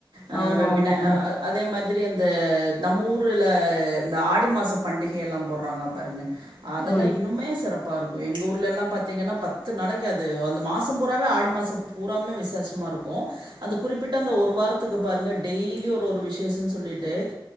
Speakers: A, on the right (about 70°); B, on the left (about 25°).
A: அ,
B: ஆமா,
A: வ விநா
B: ஆமா, ஆமா.
A: அ அதே மாரி தெரிய அந்த நம்ம ஊர்ல இந்த ஆடி மாசோ பண்டிகையெல்லா போட்றாங்க பாருங்க அதெல்லா
B: ம்.
A: இன்னுமே சிறப் பா இருக்கு எங்க ஊர்லல்லா பாத்தீங்கன்னா பத்து நாளைக்கி அது அந்த மாசம் பூராவே ஆடி மாசம் பூராவுமே விசேஷமா இருக்கு அந்த குறிப்பிட்ட அந்த ஒரு வாரத்துக்கு பாருங்க டெய்லியு ஒரு ஒரு விசேஷன்னு சொல்லிட்டு